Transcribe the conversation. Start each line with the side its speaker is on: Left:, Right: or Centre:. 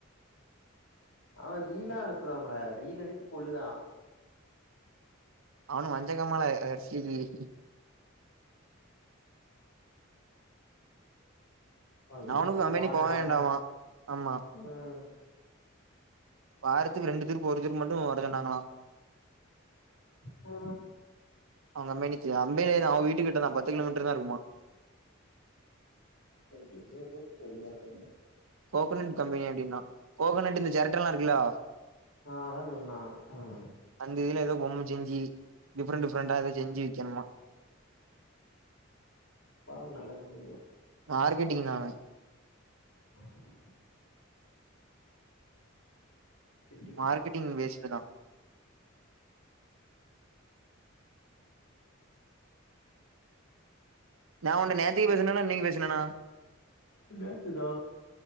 Left: அவன் ரீலா அனுப்புதான்பிள ரீல் அனுப்பி கொல்லுதான்
Right: அவன மஞ்சகாமாள <unintelligible>
Left: அ எந்துச்சே
Right: அவனுக்கு கம்பெனி
Left: போங்கண்டான
Right: போக வேண்டாமா ஆமா
Left: ம்
Right: வாரத்துக்கு ரெண்டு திருப்பு ஒரு திருப்பு மட்டு வர சொன்னாங்களா
Left: ஓ
Right: அவுங்க கம்பேனிக்கு கம்பெனி அவன் வீட்டுக்கிட்டதா பத்து கிலோமீட்டர்தா இருக்குமா
Left: <inaudible> சொல்லுவாங்க
Right: கோகோனட் கம்பெனி அப்படின்னா கோக்கனட் இந்த செரட்டல்லா இருக்குல்லா
Left: ஓ அதா சொன்னா ம்
Right: அந்த இதுல ஏதோ பொம்ம செஞ்சு டிஃபரெண்ட் டிஃபரண்டா அத செஞ்சு வைக்கணுமா
Left: பரவால்ல நல்ல கம்பெனிதா
Right: மார்க்கெட்டிங் தான் அவன்
Left: <unintelligible> இருக்கே
Right: மார்கெட்டிங் வேஸ்ட்டுதா நான் உன் நேத்தக்கு பேசுனண்ணா இன்னைக்கு பேசினனா
Left: நேத்துதா